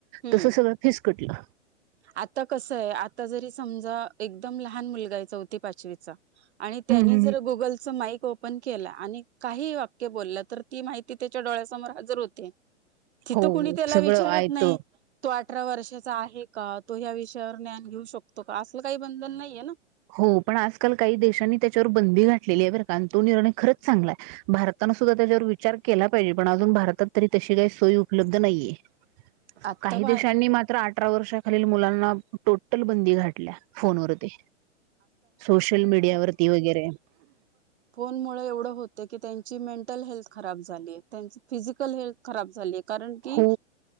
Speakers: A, on the right (about 65°); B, on the right (about 30°).
A: हम्
B: तसं सगळं फिसकटलं
A: आता कसयं‌ आता जरी सम एकदम लहान मुलगा आहे चौथी पाचवीचा आणि
B: हम्
A: त्यानी
B: हम
A: जर गुगलचं माईक ओपन केला आणि काही वाक्य बोललं तर ती माहिती त्याच्या डोळ्यासमोर हजर होते. तिथं
B: हो
A: कुणी त्याला
B: सगळं
A: विचारत
B: आयत
A: नाही तो अठरा वर्षाचा आहे का तो ह्या विषयावर ज्ञान घेऊ शकतो का असलं काही बंधन नाहीये ना
B: हो पण आजकाल काही देशांनी त्याच्यावर बंदी घालेली आहे बरं का आणि तो निर्णय खरंच चांगला आहे भारतानं सुद्धा त्याच्यावर विचार केला पाहिजे पण अजून भारतात तरी तशी काही सोयी उपलब्ध नाहीये
A: आत्ता
B: काही
A: भार
B: देशांनी मात्र आठ अठरा वर्षाखालील मुलांना टोटल बंदी घातल्या फोनवरती सोशल मीडियावरती वगैरे
A: फोनमुळं एवढं होतं की त्यां ची मेंटल हेल्थ खराब झाली त्यां फिजिकल हेल्थ खराब झाली कारण की
B: हो